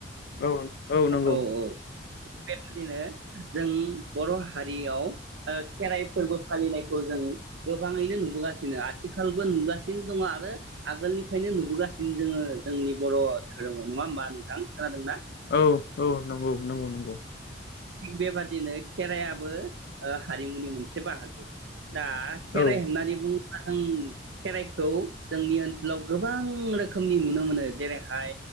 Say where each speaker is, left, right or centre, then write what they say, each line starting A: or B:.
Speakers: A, on the left; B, on the right.
A: औ नंगौ
B: औ औ बेबायदिनो जों बर' हा हारियाव ओ खेराइ फोरबो फालिनायखौ जों गोबाङैनो नुबोगासिनो आथिखालबो नुगासिनो दङ आरो आगोलनिफ्रायनो नुबोगासिनो जोङो जोंनि बर' धोरोमाव नङा होमबा नोंथां खोनादोंना?
A: औ औ नंगौ नंगौ नंगौ
B: थिग बेबादिनो खेराइआबो ओ हारिमुनि मोनसे बाहागो। दा खेराइ
A: औ
B: होननानै बुङो ब्ला जों खेराइखौ जोंनि ओनसोलाव गोबां रोखोमनि नुनो मोनो जेरैहाय